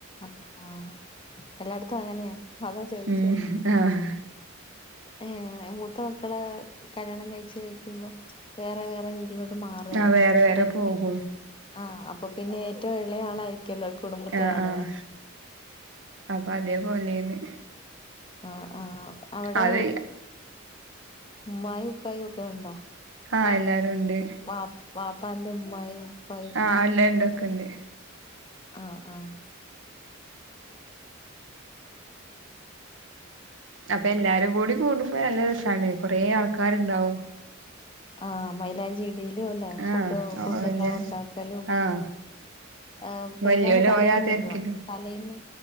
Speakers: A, on the left; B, on the right.
A: ആ ഹ് എല്ലായിടത്തും അങ്ങനെയാ അതാ ചോയിച്ചെ
B: ഉം ആഹ്
A: ഏ മൂത്ത മക്കള് കല്യാണം കഴിച്ചു നിക്കുമ്പോ വേറെ വേറെ വീട്- വീട്ടിലോട്ട് മാറുവേലെ
B: ആഹ് വേറെ
A: ചെലരോക്കെ
B: വേറെ പോകും
A: ആഹ് അപ്പൊ പിന്നെ ഏറ്റവും എള ആളായിരിക്കല്ലോ കുടുംബത്ത്
B: ആഹ്
A: കാണ്ക
B: ആഹ് അപ്പൊ അതേപോലെയാണ്
A: ആഹ് ആഹ് അവിടെ
B: അത്
A: ഉമ്മായും ഉപ്പായും ഒക്കെ ഉണ്ടോ
B: ആഹ എല്ലാരുണ്ട്
A: വ വാപ്പാൻ്റെ ഉമ്മായും- ഉപ്പായും
B: ആഹ് അല്ല ഇണ്ടൊക്കെണ്ട്
A: ആഹ് ആഹ്
B: അപ്പൊ എല്ലാരും കൂടി കൂടുംപോ നല്ല രസാണ് കൊറേ ആൾക്കാരുണ്ടാവും
A: ആഹ് മൈലാഞ്ചിയിടലും അല്ല
B: ആഹ്
A: ഫുഡ് ഫുഡ്
B: ഓലെ
A: എല്ലാം ഒണ്ടാക്കലും-
B: ആഹ്
A: ആ പെരുന്നാളിൻ്റെ
B: വല്യോല്
A: തലേന്ന്
B: ഓലെ ആ തെരക്കിലും
A: വരുവോ തലേന്ന്